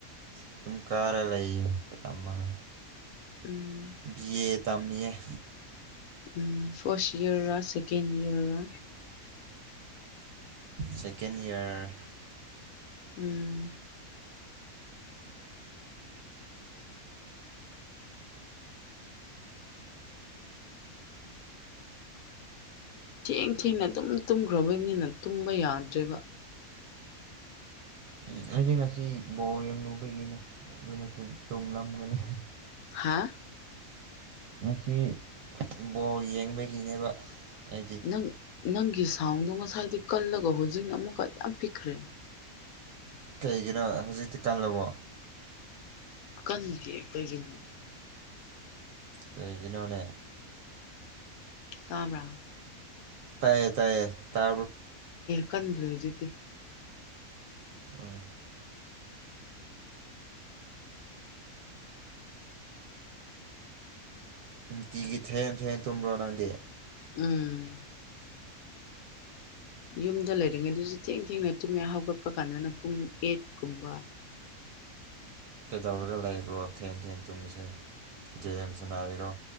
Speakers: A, on the right; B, on the left.
A: ꯑꯗꯨꯝ ꯀꯥꯔ ꯂꯩꯌꯦ ꯇꯝꯃꯒ
B: ꯎꯝ
A: ꯕꯤ ꯑꯦ ꯇꯃꯤ ꯑꯦ
B: um first year second year
A: second year
B: um ꯊꯦꯡ ꯊꯦꯡꯅ ꯑꯗꯨꯝ ꯇꯨꯝꯈ꯭ꯔꯕꯩꯅꯤꯅ ꯇꯨꯝꯕ ꯌꯥꯗ꯭ꯔꯦꯕ
A: ꯎꯝ ꯑꯩꯁ ꯉꯁꯤ ꯕꯣꯔ ꯌꯦꯡꯂ ꯂꯨꯕꯩꯒꯤꯅꯦ ꯑꯗꯨ ꯅꯠꯇ꯭ꯔꯗꯤ ꯇꯣꯂꯝꯒꯅꯤ
B: ꯍꯥꯥ
A: ꯉꯁꯤ ꯕꯣꯜ ꯌꯦꯡꯕꯒꯤꯅꯦꯕ ꯑꯩꯗꯤ
B: ꯅꯪ ꯅꯪꯒꯤ ꯁꯥꯎꯟꯗꯣ ꯉꯁꯥꯏꯗꯤ ꯀꯜꯂꯒ ꯍꯧꯖꯤꯛ ꯑꯃꯨꯛꯀ ꯌꯥꯝ ꯄꯤꯛꯈ꯭ꯔꯦ
A: ꯀꯩꯒꯤꯅꯣ ꯍꯧꯖꯤꯛꯇꯤ ꯀꯜꯂꯧꯕꯣ
B: ꯀꯟꯗꯤ ꯀꯩꯒꯤ
A: ꯀꯩꯒꯤꯅ ꯋꯥꯅꯦ
B: ꯀꯥꯕ꯭ꯔꯥ
A: ꯇꯌꯦ ꯇꯥꯏꯌꯦ ꯇ
B: ꯀꯟꯒ꯭ꯖꯤꯗꯤ
A: ꯎꯝ ꯅꯨꯡꯇꯤꯒꯤ ꯊꯦꯡꯡ ꯊꯦꯡꯡ ꯇꯨꯝꯕ꯭ꯔꯣ ꯅꯪꯗꯤ
B: ꯎꯝ ꯌꯨꯝꯗ ꯂꯩꯔꯤꯉꯩꯗꯨꯁꯨ ꯊꯦꯡ ꯊꯦꯡꯅ ꯇꯨꯝꯃꯦ ꯍꯧꯒꯠꯄ ꯀꯥꯟꯗꯅ ꯄꯨꯡ ꯑꯦꯠꯀꯨꯝꯕ
A: ꯀꯩꯗꯧꯔꯒ ꯂꯩꯕ꯭ꯔꯣ ꯊꯦꯟ ꯊꯦꯡ ꯇꯨꯝꯕꯁꯦ ꯖꯦꯝꯁ ꯅꯥꯔꯤꯔꯣ